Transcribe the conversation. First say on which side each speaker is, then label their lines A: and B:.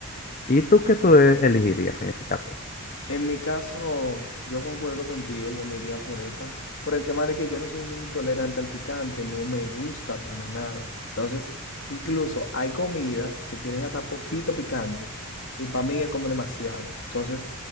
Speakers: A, on the left; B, on the left.
A: ¿Y tú qué tú e-, elegirías en ese caso?
B: En mi caso, yo concuerdo contigo, yo me iría por esa, por el tema de que yo no soy muy tolerante al picante, no me gusta para nada. Entonces, incluso hay comidas que tienen hasta poquito picante y para mí es como demasiado. Entonces,